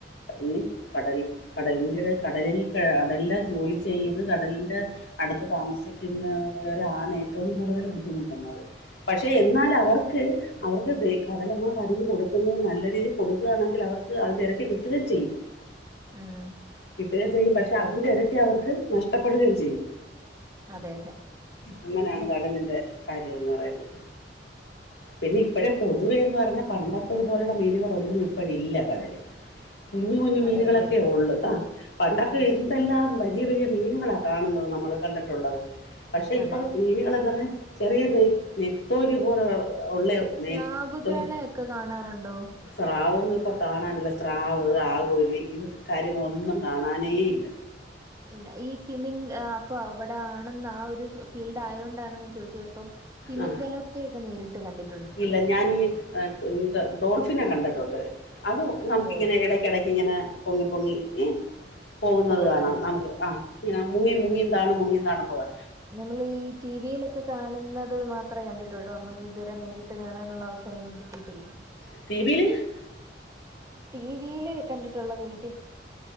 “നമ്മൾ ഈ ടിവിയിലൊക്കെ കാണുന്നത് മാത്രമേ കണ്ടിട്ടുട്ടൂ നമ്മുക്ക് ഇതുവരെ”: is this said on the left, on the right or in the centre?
Right